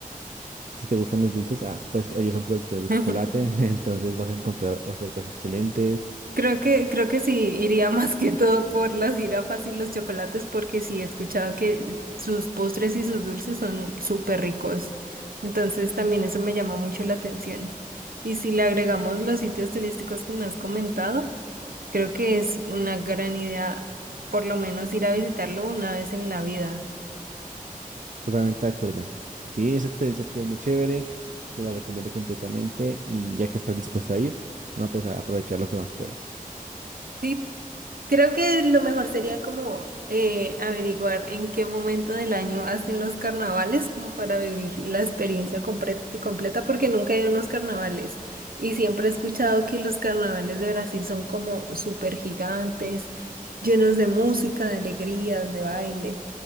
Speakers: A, on the right; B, on the right.
A: si te gustan los dulces, ah, pues ellos son productores de
B: <laughs>
A: chocolate, <laughs> entonces vas a encontrar ofertas excelentes.
B: Creo que, creo que sí iría <laughs> más que todo por las jirafas y los chocolates, porque sí he escuchado que sus postres y sus dulces son súper ricos. Entonces también eso me llama mucho la atención. Y si le agregamos los sitios turísticos que me has comentado, creo que es una gran idea por lo menos ir a visitarlo una vez en la vida.
A: Totalmente de acuerdo. Sí, esa experiencia estuvo muy chévere, te la recomiendo completamente y ya que estás dispuesta a ir, no, pues a aprovechar lo que más puedes.
B: Sí, Creo que lo mejor sería como eh, averiguar en qué momento del año hacen los carnavales, como para vivir la experiencia compre- completa, porque nunca he ido a unos carnavales. Y siempre he escuchado que los carnavales de Brasil son como súper gigantes, llenos de música, de alegrías, de baile.